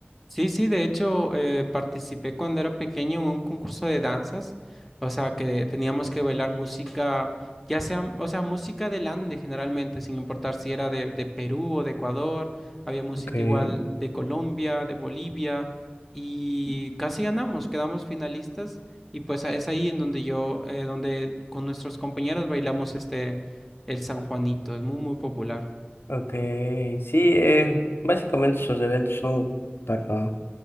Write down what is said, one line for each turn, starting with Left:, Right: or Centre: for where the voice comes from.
Centre: Sí, sí, de hecho eh, participé cuando era pequeño en un concurso de danzas, o sea que teníamos que bailar música, ya sea, o sea, música del Ande generalmente, sin importar si era de, de Perú o de Ecuador, había música
Left: Okay.
Centre: igual de Colombia, de Bolivia, y casi ganamos, quedamos finalistas, y pues a- es ahí en donde yo, eh, donde con nuestros compañeros bailamos este, el San Juanito, es muy, muy popular.
Left: Okay. Sí, eh, básicamente esos eventos son para,